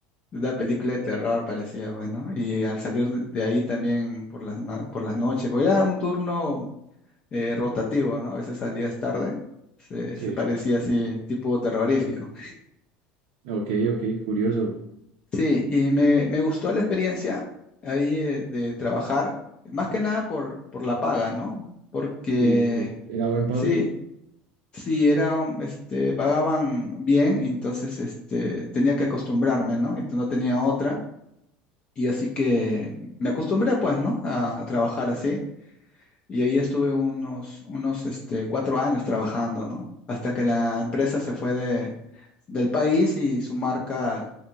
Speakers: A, on the left; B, on the right.
A: una película de terror, parecía, bueno. Y al salir de de ahí también por las, ma- por las noches, porque era un turno eh, rotativo, ¿no? A veces salías tarde, se,
B: Sí.
A: se parecía así, tipo terrorífico.
B: Ok, ok, curioso.
A: Sí, y me, me gustó la experiencia ahí eh, de trabajar, más que nada por, por la paga, ¿no? Porque...
B: Sí, ok. ¿Era buen pago?
A: Sí, Sí, era, un- este, pagaban bien, y entonces este, tenía que acostumbrarme, ¿no? Entonces no tenía otra. Y así que me acostumbré, pues, ¿no? A trabajar así. Y ahí estuve unos, unos este, cuatro años trabajando, ¿no? Hasta que la empresa se fue de, del país y su marca